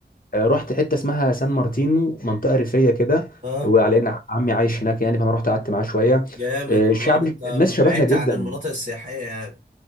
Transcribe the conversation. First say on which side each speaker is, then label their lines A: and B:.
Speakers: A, on the left; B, on the right.
A: آه، رحت حته اسمها سان مارتينو منطقه ريفيه كده
B: آه
A: وعلى ان عمي عايش هناك يعني فانا رحت قعدت معاه شويه
B: جامد
A: آه،
B: والله
A: الشعب
B: ده أنت
A: الناس شبهنا
B: بعدت
A: جدا
B: عن المناطق السياحية يعني